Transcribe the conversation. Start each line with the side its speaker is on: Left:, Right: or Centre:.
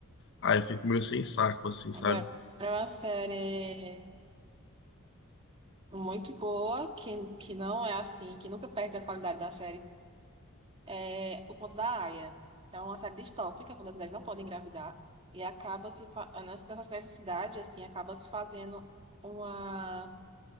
Left: Aí eu fico meio sem saco, assim,
Right: Agora
Left: sabe?
Right: é uma série muito boa, que, que não é assim, que nunca perde a qualidade da série. É O Conto da Aia. É uma série distópica, quando as mulheres não podem engravidar. E acaba se, fa- nessa nessa necessidade, assim, acaba se fazendo uma.